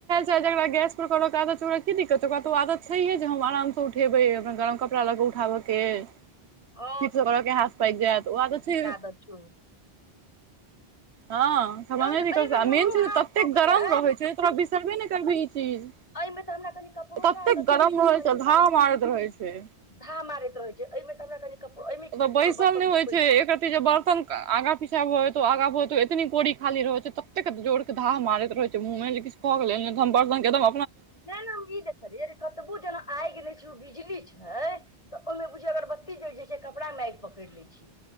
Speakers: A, on the right; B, on the left.
A: तक ल गैस पर आदत छै ओकरा कि दिक्तत ओकराआदत छै हे। जे हम आराम से उठेबे कपड़ा लऽ के उठाबऽ के ठीक
B: हँ
A: से करऽ के हाथ पाकि जायत ओह आदत त छैहे
B: अचछो
A: हँ समझ
B: नहि तऽ एहिमे
A: मेन
B: हमरो
A: चीज
B: हाथ
A: ततेक
B: पक
A: गरम
B: छै
A: रहैत छै। तोरा बिसरबे नहि करबिही चीज
B: एहिमे तऽ हमरा कनि कपड़ो
A: ततेक
B: के आदत
A: गरम
B: छै
A: रहै
B: शिवानी
A: छै। धा मारैत रहै छै।
B: धा मारैत रहै छै। एहिमे तऽ हमरा कनि कप एहिमे की
A: ओतऽ
B: होइ
A: बैसल
B: छै हमर बर्तन
A: नहि होइ
B: धिपै छै।
A: एक जे बर्तन आगा पीछा आगा बतो एतनी कोरी खाली रहे छैे तते जोर धा मारैत रहै छै मुँहमे जे किछ भऽ गेल
B: नहि नहि हम ई देखलहियै कतबो जेना आगि गेल नहि छै ओ बिजली छै। तऽ ओहिमे बुझि अगरबत्ती जैल जाय छै। कपड़ा म आगि पकड़ि लै छै